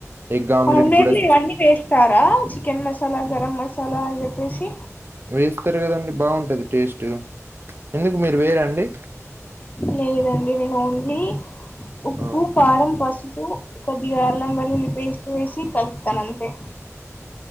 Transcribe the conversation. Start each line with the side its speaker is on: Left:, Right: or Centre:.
Right: ఎగ్
Left: ఆమ్లెట్
Right: కూడా
Left: లో ఇవన్నీ వేస్తారా చికెన్ మసాలా గరం మసాలా అని చెప్పేసి
Right: ఏస్ వస్తారు కదండి బాగుంటది టేస్ట్ ఎందుకు మీరు వేయరండి
Left: లేదండి నేను ఓన్లీ ఉప్పు
Right: ఆ,
Left: కారం పసు ప్పు కొద్దిగా అల్లంవెల్లులి పేస్ట్ వేసి కల్పుతానంతే